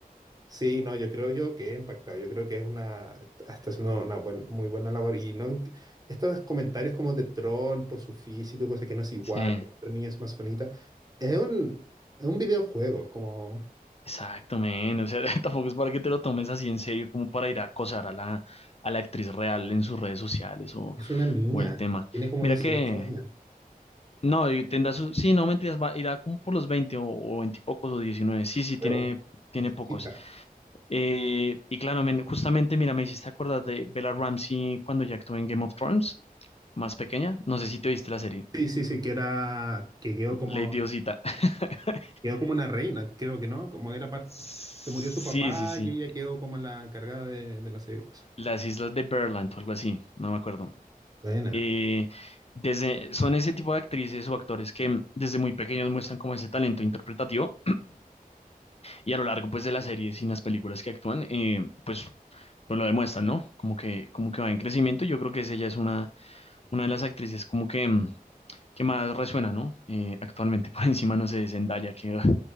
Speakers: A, on the right; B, on the left.
A: sí, no, yo creo yo que he impactado. Yo creo que es una, está haciendo una buen- muy buena labor. Y no, enti- estos comentarios como de troll por su físico, cosa que no es igual,
B: sí.
A: que la otra niña es más bonita. Es un, es un videojuego, es como,
B: Exacto, men. O sea, <laughs> tampoco es para que te lo tomes así en serio, como para ir a acosar a la, a la actriz real en sus redes sociales o,
A: es una niña,
B: o el tema.
A: tiene como
B: Mira
A: 18
B: que...
A: años.
B: No, y tendrá su, sí, no mentiras, va, irá como por los 20 o, o 20 y pocos o diecinueve, Sí, sí, tiene,
A: Pero bueno,
B: tiene
A: es
B: pocos.
A: chica.
B: Eh, y claro, men, justamente, mira, me hiciste acordar de Bella Ramsey cuando ya actuó en Game of Thrones, más pequeña. No sé si te viste la serie,
A: Sí, sí, sí, que era, que quedó como,
B: Lady Diosita. <laughs>
A: quedó como una reina, creo que no, como era parte,
B: Sí,
A: se murió su papá
B: sí, sí.
A: y ella quedó como la encargada de, de no sé qué cosa.
B: Las Islas de Berland o algo así, no me acuerdo.
A: Buena.
B: Eh, desde, son ese tipo de actrices o actores que desde muy pequeños muestran como ese talento interpretativo Y a lo largo, pues, de las series y las películas que actúan, eh, pues, pues lo demuestran, ¿no? Como que, como que va en crecimiento. Yo creo que esa ya es una, una de las actrices como que, mm, que más resuena, ¿no? Eh, actualmente, <laughs> por encima, no sé, de Zendaya, que, ah,